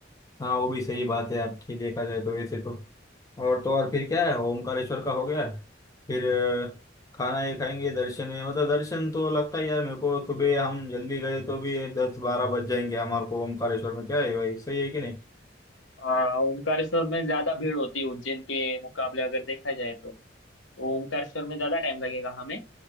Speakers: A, on the left (about 20°); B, on the left (about 80°).
A: हाँ वो भी सही बात है आपकी देखा जाए तो वैसे तो और तो और फिर क्या है ओमकारेश्वर का हो गया फिर अ, खाना ये खाएंगे दर्शन है मतलब दर्शन तो लगता है यार मेरे को सुबह हम जल्दी गए तो भी दस बारह बज जाएंगे हमारे को ओमकारेश्वर में क्या है भाई सही है कि नहीं
B: आ, ओमकारेश्वर में ज्यादा भीड़ होती है उज्जैन के मुकाबले अगर देखा जाए तो तो ओमकारेश्वर में ज्यादा टाइम लगेगा हमें